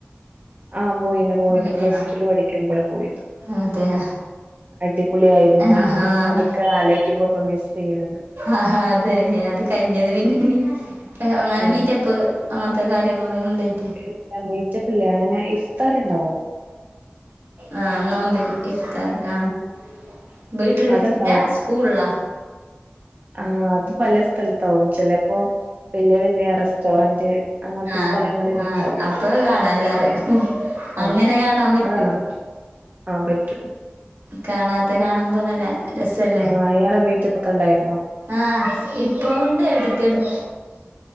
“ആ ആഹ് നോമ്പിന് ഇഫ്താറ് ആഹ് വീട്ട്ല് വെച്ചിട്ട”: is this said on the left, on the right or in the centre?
Right